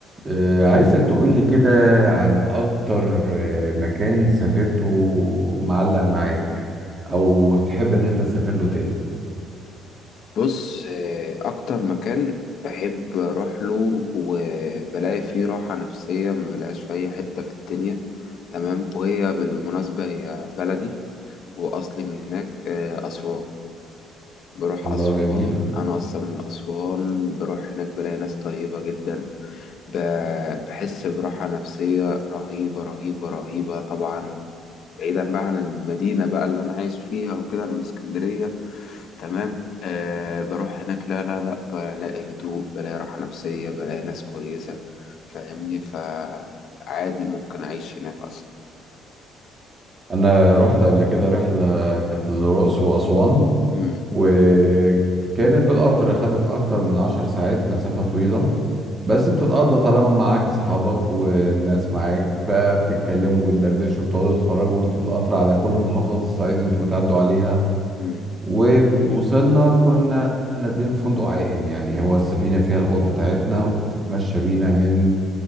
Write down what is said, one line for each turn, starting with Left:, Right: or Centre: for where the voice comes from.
Right: آه، عايزك تقولي كده عن أكتر آه، مكان سافرته معلق معاك أو تحب إن أنت تسافر له تاني
Left: بص آه، اكتر مكان بحب اروح له وبلاقي فيه راحة نفسية ما بلاقيهاش في اي حتة في الدنيا تمام وهي بالمناسبة هي بلدي واصلي من هناك آه، اسوان بروح
Right: الله
Left: اسوان
Right: جميلة
Left: انا اصلا من اسوان بروح هناك بلاقي ناس طيبة جدا ب- بحس براحة نفسية رهيبة رهيبة رهيبة طبعا بعيدا بقى عن المدينة بقى اللي أنا عايش فيها وكده أنا من اسكندرية تمام أه بروح هناك لا لا لا بلاقي هدوء بلاقي راحة نفسية بلاقي ناس كويسة فاهمني فعادي ممكن أعيش هناك أصلا
Right: أنا رحت قبل كده رحلة كانت للرأس وأسوان
Left: مم،
Right: وكانت بالقطر خدت أكتر من عشر ساعات مسافة طويلة بس بتتقضى طالما معاك أصحابك والناس معاك فبتتكلموا بتدردشوا بتقعدوا تتفرجوا وأنتوا في القطر على كل محافظات الصعيد أنتوا بتعدوا عليها
Left: مم،
Right: ووصلنا كنا نازلين في فندق عائم يعني هو السفينة فيها الأوض بتاعتنا وبتتمشى بينا من